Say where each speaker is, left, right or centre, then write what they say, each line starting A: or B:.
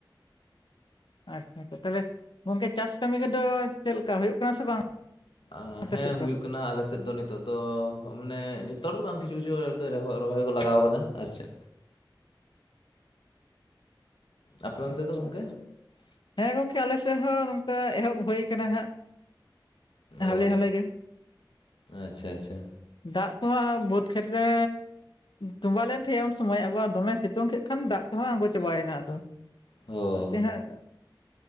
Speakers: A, on the left; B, on the left.
A: ᱟᱪᱪᱷᱟᱻ ᱟᱪᱪᱷᱟᱻ᱾ ᱛᱚᱵᱮ ᱜᱚᱝᱠᱮ ᱪᱟᱥ ᱠᱟᱹᱢᱤ ᱠᱚᱫᱚ ᱪᱮᱫᱞᱮᱠᱟ ᱦᱳᱭᱳᱜ ᱠᱟᱱᱟ ᱥᱮ ᱵᱟᱝ?
B: ᱟᱸᱻᱦᱮᱸ
A: ᱟᱯᱮ ᱥᱮᱫ ᱫᱚ
B: ᱦᱩᱭᱩᱜ ᱠᱟᱱᱟ, ᱟᱞᱮᱥᱮᱫ ᱫᱚ ᱱᱤᱛᱚᱜ ᱫᱚ ᱢᱟᱱᱮ, ᱡᱚᱛᱚ ᱦᱚᱲ ᱫᱚ ᱵᱟᱝ ᱠᱤᱪᱷᱩ ᱠᱤᱪᱷᱩ ᱠᱟᱛᱮ ᱨᱚᱦᱚᱭ ᱠᱚ ᱞᱟᱜᱟᱣ ᱠᱟᱫᱟ ᱟᱨ ᱪᱮᱜ᱾ ᱟᱯᱮ ᱚᱱᱛᱮ
A: ᱟᱪᱪᱷᱟᱻ
B: ᱫᱚ ᱜᱚᱝᱠᱮ
A: ᱟᱪᱪᱷᱟᱻ᱾ ᱦᱮᱸ ᱜᱚᱝᱠᱮ ᱟᱞᱮ ᱥᱮᱜ ᱦᱚᱸ ᱱᱚᱝᱠᱟ ᱮᱦᱚᱵ ᱦᱩᱭ ᱠᱟᱱᱟ ᱦᱟᱸᱜ᱾ ᱦᱟᱞᱮ
B: ᱚ
A: ᱦᱟᱞᱮ ᱜᱮ᱾
B: ᱟᱪᱪᱷᱟ ᱟᱪᱪᱷᱟ
A: ᱫᱟᱜ ᱠᱚᱦᱚᱸ ᱵᱟᱹᱫᱽ ᱠᱷᱮᱛ ᱨᱮ ᱛᱚᱸᱵᱟ ᱞᱮᱱ ᱛᱮᱦᱮᱸᱼᱟ ᱩᱱ ᱥᱚᱢᱚᱭ ᱟᱵᱟᱨ ᱫᱚᱢᱮ ᱥᱤᱛᱩᱝ ᱠᱮᱜ ᱠᱷᱟᱱ ᱫᱟᱜ ᱠᱚᱦᱚᱸ ᱟᱬᱜᱚ ᱪᱟᱲᱟᱭ ᱱᱟ ᱟᱫᱚ᱾
B: ᱚ
A: ᱟᱯᱮ ᱦᱟᱸᱜ